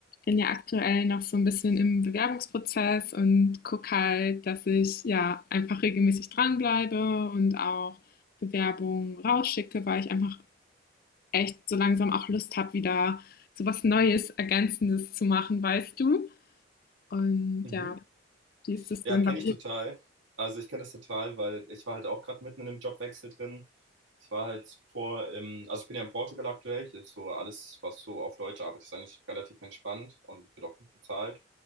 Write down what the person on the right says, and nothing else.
Mhm.
Ja,
kenne
ich total. Also ich kenne das total, weil ich war halt auch gerade mitten in einem Jobwechsel drin. Ich war halt vor, im, also ich bin ja in Portugal aktuell. Hier ist so alles, was so auf Deutsch arbeitet, ist eigentlich relativ entspannt und wird auch gut bezahlt.